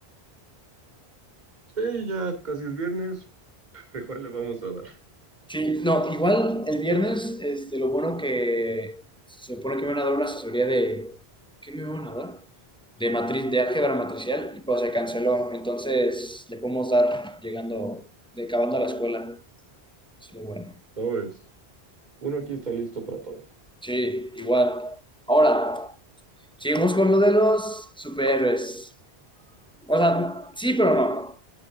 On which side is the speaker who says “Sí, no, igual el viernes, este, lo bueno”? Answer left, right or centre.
Centre